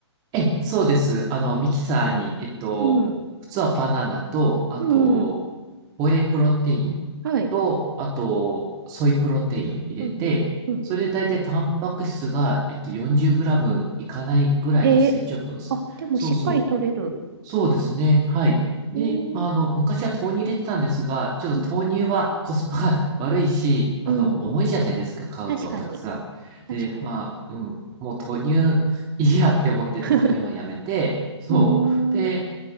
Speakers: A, on the right (about 25°); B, on the right (about 45°).
A: え、そうです。あの、ミキサーに、えっと、
B: ー。うん、
A: 普通はバナナと、あと、
B: うん、うん
A: ホエイプロテインと、
B: はい。
A: あと、ソイプロテイン入れて、
B: うん、うん、うん。
A: それで大体タンパク質が、えっと、40グラムいかないぐらいですね。
B: ええ、
A: ちょっと、
B: あ、でもしっかり取れる。
A: そうそう。そうですね。はい。で、
B: ええ、
A: まあ、あの、昔は豆乳入れてたんですが、ちょっと豆乳はコスパが
B: うん、
A: <laughs> 悪いし、あの、
B: うん。
A: 重いじゃないですか、買うとたくさん。
B: 確かに、確かに。
A: で、まあ、うん、もう豆乳いいやって思って豆乳はやめて、
B: <laughs>
A: そう。
B: うーん、
A: で、
B: あ